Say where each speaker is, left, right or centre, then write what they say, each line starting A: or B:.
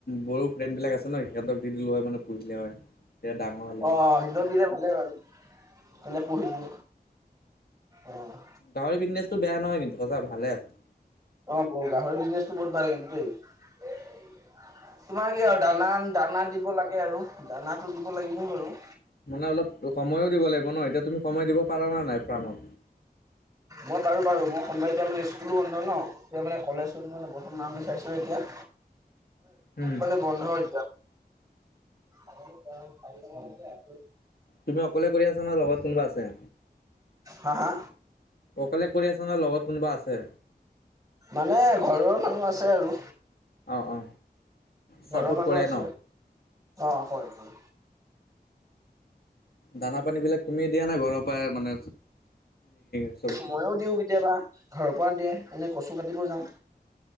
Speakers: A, on the left; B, on the right.
A: বড়ো ফ্ৰেণ্ড বিলাক আছে ন সিহঁতক দি দিলো হয় মানে পুহিলে হয়। তেতিয়া ডাঙৰ হ'লে
B: অ
A: হয়।
B: অ সিন্তক দিলে ভালেই বাৰু হিনতে পুহি দিব। অ',
A: গাহৰি বিজনেছটো বেয়া নহয় কিন্তু সঁচা ভালে আছে।
B: অ গাহৰিৰ বিজনেচটো বহুত ভালে কিন্তু দেই। তোমাৰ কি আৰু দানা- দানা দিব লাগে আৰু দানাটো দিব লাগিব বাৰু।
A: মানে অলপ সময়ো দিব লাগিব ন এতিয়া তুমি সময় দিব পাৰা ন নাই ফাৰ্মত?
B: মই পাৰো বাৰু মই সময় এতিয়া মানে স্কুলো বন্ধ ন? এতিয়া মানে কলেজত মানে প্ৰথম নাম চাইছোঁ এতিয়া
A: উম
B: মানে বন্ধ এতিয়া। <unintelligible> <inaudible>
A: তুমি অকলে কৰি আছা ন লগত কোনোবা আছে?
B: হা হা?
A: অকলে কৰি আছ না লগত কোনোবা আছে?
B: মানে ঘৰৰ মানুহ আছে আৰু
A: অ অ চাপৰ্ট
B: ঘৰৰ মানুহ
A: কৰে
B: আছে।
A: ন?
B: অ হয়- হয়।
A: দানা পানী বিলাক তুমি দিয়া নাই ঘৰৰ পৰা মানে সেইয়ে
B: ময়ো দিও কেতিয়াবা ঘৰৰ পৰা দিয়ে এনে কচু কাটিবও যাওঁ।